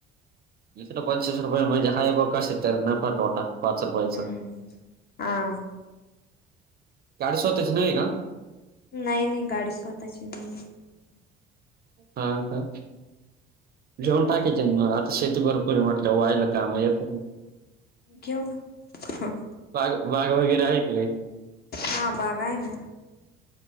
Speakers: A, on the right; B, on the left.
A: इकडं पंचवीस रुपये, म्हणजे हाय बा कशातरी नफा- तोटा. पाच रुपयाचा.
B: हम्म हा
A: गाडी स्वतःची नाही का?
B: नाही नाही गाडी स्वतःची नाही आहे.
A: हा का. घेऊन टाक की म आता शेती भर म्हटलं वाहायला काम येतात ना.
B: घेऊ ना. ह
A: वाघ, वाघ वगैरे आहे का काही?
B: हा बाघा आहे ना.